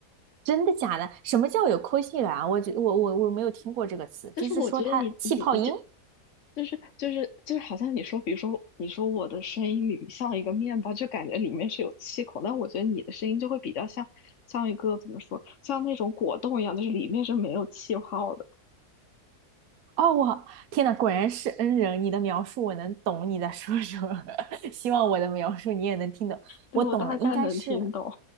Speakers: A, on the right; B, on the left.
A: 真的假的？什么叫有抠性源啊？我觉我我我没有听过这个词，
B: <laughs> 但是我觉得你你你就。
A: 就是说它气泡音。
B: 就是就是就是，好像你说，比如说你说我的声音里像一个面包，就感觉里面是有气孔，但我觉得你的声音就会比较像像一个怎么说，像那种果冻一样，就是里面是没有气泡的。
A: 哦，我天呐，果然是恩人！你的描述我能懂你在说什么，<laughs> 希望我的描述你也能听懂。
B: 对，
A: 我懂了，
B: 我大概能听懂。
A: 应该是，